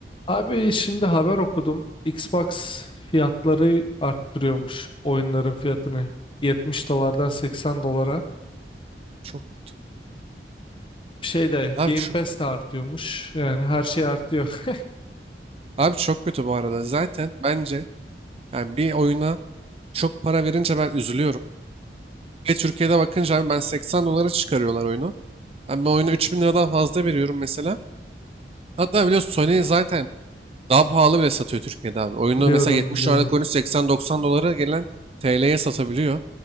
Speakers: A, on the left; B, on the right.
A: Abi şimdi haber okudum. Xbox fiyatları arttırıyormuş oyunların fiyatını. 70 dolardan 80 dolara.
B: Çok kötü.
A: Bir şey de
B: Abi
A: Game
B: çok
A: Pass de artıyormuş. Yani her şey artıyor.
B: abi çok kötü bu arada. Zaten bence yani bir oyuna çok para verince ben üzülüyorum. Ve Türkiye'de bakınca abi ben 80 dolara çıkarıyorlar oyunu. Ben bu oyunu 3000 liradan fazla veriyorum mesela. Hatta biliyorsun Sony zaten daha pahalı bile satıyor Türkiye'de abi. Oyunu
A: <laughs> Biliyorum
B: mesela 70
A: biliyorum.
B: dolarlık oyunu 80-90 dolara gelen TL'ye satabiliyor.